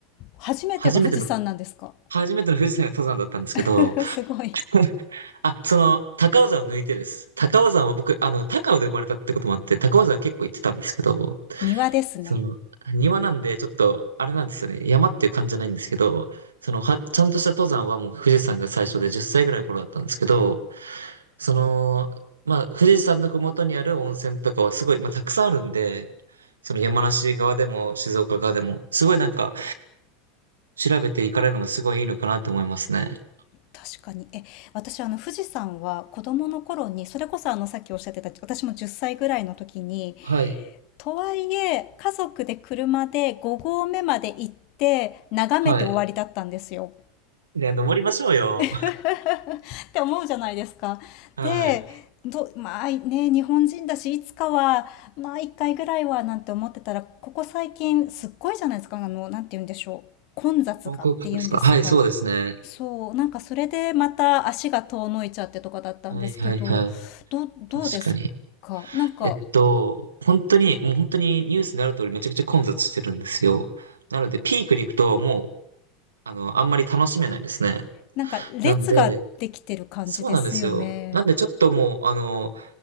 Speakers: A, on the left (about 55°); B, on the right (about 85°).
A: 初めてが富士山なんですか
B: 初めての初めての富士山が登山だったんですけど、
A: <laughs> すごい。
B: <laughs> あ、その、高尾山を抜いてです。高尾山は僕、あの、高尾で生まれたってこともあって、高尾山は結構行ってたんですけど、
A: 庭ですね。
B: その、庭なんで、ちょっと、あれなんですよね。山っていう感じじゃないんですけど、その、は、ちゃんとした登山はもう富士山が最初で10歳ぐらいの頃だったんですけど、その、まあ、富士山の麓にある温泉とかはすごい、まあ、たくさんあるんで、その山梨側でも静岡側でも、すごいなんか、調べて行かれるのもすごいいいのかなって思いますね。
A: 確かに。え、私、あの、富士山は子供の頃に、それこそあの、さっきおっしゃってた、私も10歳ぐらいの時に、
B: はい。
A: とはいえ、家族で車で5合目まで行って、眺めて終わりだったんですよ。
B: はい。いや、登りましょうよ。
A: <laughs> って思うじゃないですか。
B: はい。
A: で、ど、まあね、日本人だし、いつかは、まあ一回ぐらいは、なんて思ってたら、ここ最近、すっごいじゃないですか、あの、なんて言うんでしょう。混雑がって言うんですか。
B: 観光客ですかはい、そうですね。
A: そう、なんかそれでまた足が遠のいちゃってとかだったんですけど、
B: はいはいはい。
A: どう、どうですかなんか、
B: 確かに。えっと、本当に、もう本当にニュースになる通りめちゃくちゃ混雑してるんですよ。なので、ピークに行くともう、あの、あんまり楽しめないですね。
A: なんか列ができてる感じですよね。
B: なんで、そうなんですよ。なんでちょっともう、あの、